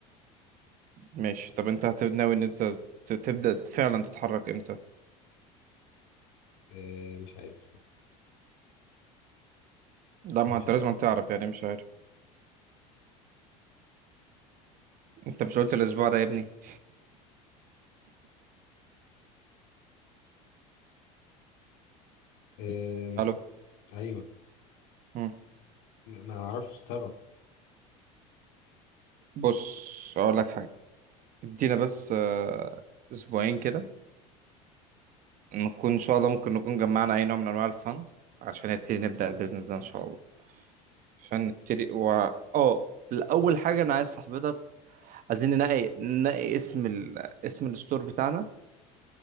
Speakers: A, on the right; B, on the left.
A: ماشي طب انت هت- ناوي ان انت ت- تبدأ فعلا تتحرك امتى
B: آه، مش عارف صح.
A: لا
B: مش
A: ما انت
B: عارف
A: لازم تعرف يعني مش عارف انت مش قلت الاسبوع ده يا ابني
B: آم،
A: الو
B: ايوه
A: مم.
B: ما ما اعرفش اتصرف
A: بص اقول لك حاجة ادينا بس آه، اسبوعين كده نكون ان شاء الله ممكن نكون جمعنا اي نوع من انواع الفند عشان نبتدي نبدأ البيزنس ده ان شاء الله عشان نبتدي و اه الاول حاجه انا عايز صاحبتك عايزين ننقي ننقي اسم ال... اسم الستور بتاعنا